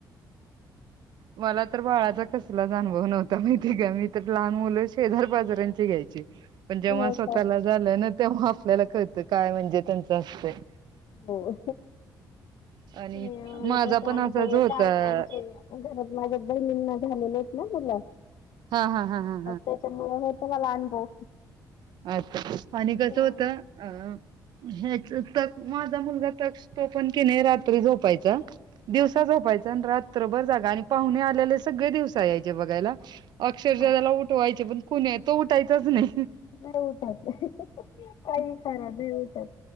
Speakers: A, on the right; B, on the left.
A: मला तर बाळाचा कसलाच अनुभव नव्हता माहितीय का मी तर लहान मुलं शेजार बाजारांचे घ्यायचे पण जेव्हा
B: हो
A: स्वतःला
B: का
A: झालं ना तेव्हा आपल्याला कळतं काय म्हणजे त्यांचं असत
B: हो.
A: आणि
B: नाही आम्हाला
A: माझा
B: तसा
A: पण
B: अनुभव
A: असा जो
B: होत
A: होता
B: आहे आमचे घरात माझ्या बहिणींना झालेले आहेत ना तुला
A: हा हा हा हा
B: हे तर मला अनुभव
A: अच आणि कसं
B: हा
A: होतं अ ह्याच त माझा मुलगा तक तो पण के नाही रात्री झोपायचा दिवसा
B: हा
A: झोपायचा रात्रभर जागा आणि पाहुणे आलेले सगळे दिवसा यायचे बघायला अक्षरशः
B: हा
A: त्याला उठवायचे पण कुणी तो उठायचच नाही
B: नाही उठत काही करा नाही उठत